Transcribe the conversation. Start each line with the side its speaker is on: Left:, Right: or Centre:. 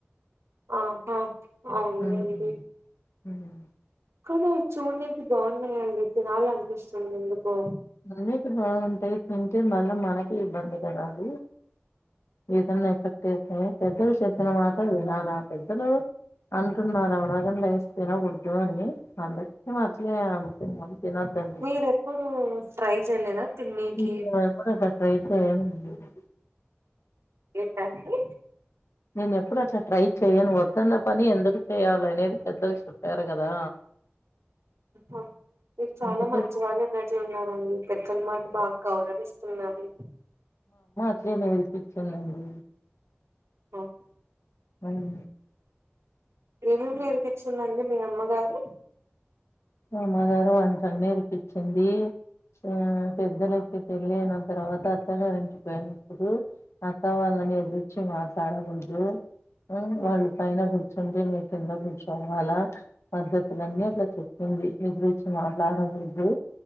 Right: ఆహ్ అవును
Left: ఉమ్
Right: అండి
Left: ఉమ్
Right: కానీ అవి చూనింకి బాగున్నాయండి తినాలి అనిపిస్తుంది ఎందుకో
Left: అన్నిటికీ బాగుంటాయి తింటే మళ్ళీ మనకి ఇబ్బంది కదా అది. తిన్న ఎఫెక్ట్. అదే పెద్దలు చెప్పిన మాట వినాలే పెద్దలు అంటున్నారు వడగండ్లు లేస్త తినకూడదు అని అందకే అట్లే అంటున్నాం. తినొద్దండి
Right: మీరెప్పుడు. ట్రై చేయలేదా. తిన్నీకి
Left: నేనెప్పుడూ ట్రై రయితే ఏమో ఉండేది.
Right: ఏంటండి.
Left: నేను ఎప్పుడు అట్లా ట్రై చెయను వద్దన్న పని ఎందుకు చేయాలి అనేది పెద్దలు చెప్పారు కదా.
Right: మీరు చాలా
Left: అందుకే
Right: మంచివాళ్ళు ఉన్నట్లు ఉన్నారండి. పెద్దల మాట బాగా గౌరవిస్తున్నారు.
Left: ఇట్లే నేర్పించిందండి.
Right: ఓకే
Left: అవును
Right: ఏమేమి నేర్పించిందండి మీ అమ్మగారు.
Left: అమ్మగారు వంట నేర్పించింది ఆహ్ పెద్దలకి పెళ్ళయిన తర్వాత అత్తగారు ఇంటికి పోయినప్పుడు అత్త వాళ్ళని ఎదురిచ్చి మాట్లాడకూడదు. ఆహ్
Right: ఆ,
Left: వాళ్ళు పైన కూర్చుని మీరు కింద కూర్చోవాల పద్ధతులు అన్ని అట్లా చెప్ ఏంది నీ గురుంచి మాట్లాడకూడదు.